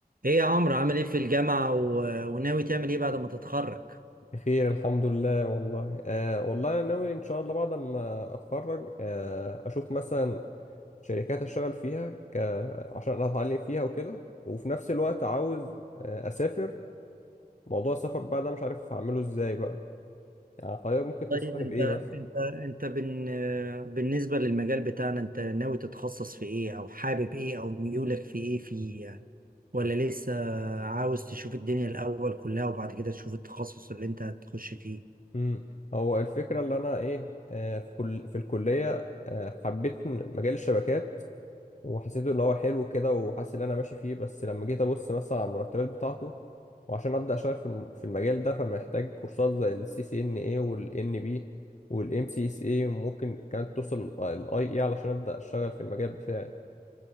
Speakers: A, on the right; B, on the left.
A: ايه يا عمرو عامل ايه في الجامعة و... وناوي تعمل ايه بعد ما تتخرج؟
B: بخير الحمد لله والله آه والله أنا ناوي ان شاء الله بعد ما اتخرج آه اشوف مثلا شركات اشتغل فيها ك... عشان أنا اتعلم فيها وكده وفي نفس الوقت عاوز آه اسافر موضوع السفر بقى ده مش عارف اعمله ازاي بقى يعني حضرتك ممكن تنصحني
A: طيب انت
B: بايه مثلا
A: انت انت بن... بالنسبة للمجال بتاعنا انت ناوي تتخصص في ايه او حابب ايه او ميولك في ايه فيه يعني ولا لسه عاوز تشوف الدنيا الاول كلها وبعد كده تشوف التخصص اللي انت هتخش فيه؟
B: امم هو الفكرة اللي انا ايه آه في كل في الكلية آه حبيت مجال الشبكات وحسيته اللي هو حلو كده وحاسس ان انا ماشي فيه بس لما جيت ابص مثلا على المرتبات بتاعته وعشان ابدا اشتغل في الم- في المجال ده فمحتاج كورسات زي السي سي ان اي والان بي والام سي اس اي وممكن كانت توصل الاي اي علشان ابدا اشتغل في المجال بتاعي